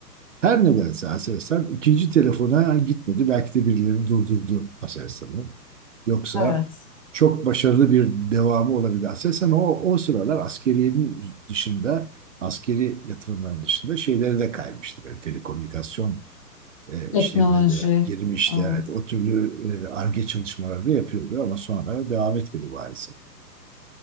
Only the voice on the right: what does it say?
her nedense Aselsan ikinci telefona gitmedi. Belki de birileri durdurdu Aselsan'ı. Yoksa
çok başarılı bir devamı olabilir. Aselsan o, o sıralar askeriyenin dışında, askeri yatırımların dışında şeyleri de kaymıştı. Böyle telekomünikasyon e,
işlerine de girmişti.
Evet, o türlü e, Ar-Ge çalışmaları da yapıyordu ama sonra devam etmedi maalesef.